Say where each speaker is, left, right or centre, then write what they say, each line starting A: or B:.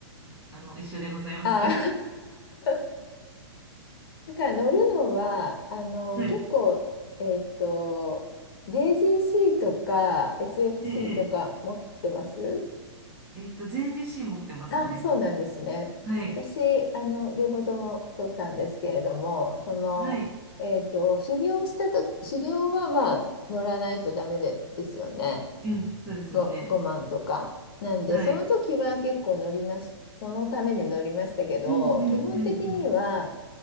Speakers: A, on the right; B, on the left.
A: あの、一緒でございます。
B: ああ
A: <laughs> は
B: <laughs> だから乗るのは、あの、
A: い。
B: 結構、えっと、JGC とか SFC
A: え
B: とか持ってます
A: え、えっと、JGC 持ってますね。
B: あ、そうなんですね。
A: はい。
B: 私、あの、両方とも取ったんですけれども、その、
A: はい。
B: えっと、修行したと、修行はまあ、乗らないとダメで、ですよね。
A: うん。そうですよね。
B: 5、5万とか。なんで、
A: はい。
B: その時は結構乗りまし、そのために乗りましたけど、
A: うんうんうん
B: 基本的には、